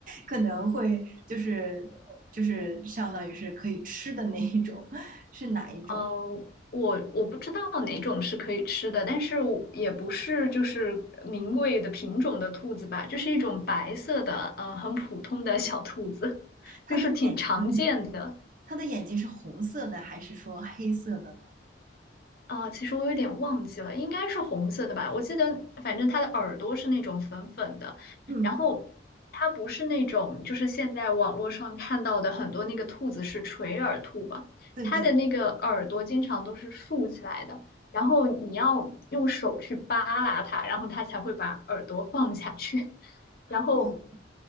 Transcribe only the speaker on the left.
呃，我我不知道哪种是可以吃的，但是我也不是就是名贵的品种的兔子吧，就是一种白色的，呃，很普通的小兔子，<laughs>
就是挺常见的。
哦，其实我有点忘记了，应该是红色的吧？我记得，反正它的耳朵是那种粉粉的，
然后它不是那种，就是现在网络上看到的很多那个兔子是垂耳兔嘛，
它的那个耳朵经常都是竖起来的，然后你要用手去扒拉它，然后它才会把耳朵放下去。<laughs> 然后